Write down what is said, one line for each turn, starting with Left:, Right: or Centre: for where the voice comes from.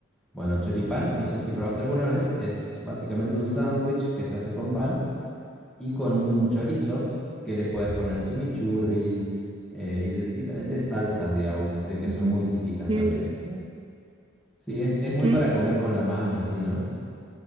Centre: Bueno, choripán, no sé si probaste alguna vez, es básicamente un sándwich que se hace con pan y con un chorizo que le puedes poner chimichurri eh, y de- diferentes salsas, digamos, eh, que
Right: ujú.
Centre: son muy típicas
Right: Qué
Centre: también.
Right: delicia.
Centre: Sí, es, es muy
Right: Qué-
Centre: para comer con la mano, así, ¿no?